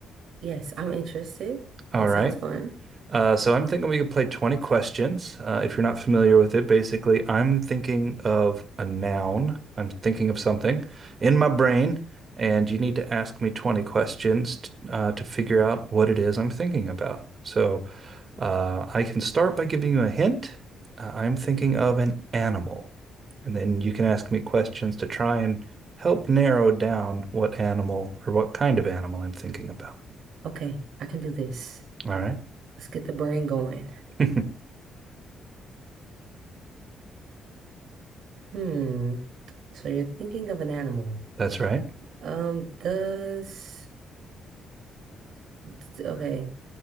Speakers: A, on the right; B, on the right.
A: Yes, I'm interested.
B: All
A: That
B: right.
A: sounds fun.
B: Uh, so I'm thinking we could play 20 questions. Uh, if you're not familiar with it, basically, I'm thinking of a noun. I'm thinking of something in my brain, and you need to ask me 20 questions t- uh, to figure out what it is I'm thinking about. So uh, I can start by giving you a hint. Uh, I'm thinking of an animal, and then you can ask me questions to try and help narrow down what animal or what kind of animal I'm thinking about.
A: Okay, I can do this.
B: All right.
A: Let's get the brain going.
B: <laughs>
A: Hmm. So you're thinking of an animal.
B: That's right.
A: Um, does, d- okay,